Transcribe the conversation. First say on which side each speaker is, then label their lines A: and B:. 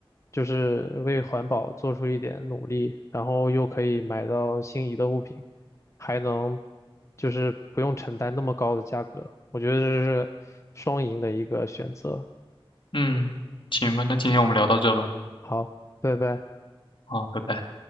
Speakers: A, on the left; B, on the left.
A: 就是为环保做出一点努力，然后又可以买到心仪的物品，还能就是不用承担那么高的价格，我觉得这是双赢的一个选择。
B: 嗯，行吧，那今天我们聊到这吧，
A: 好，拜拜。
B: 好，拜拜。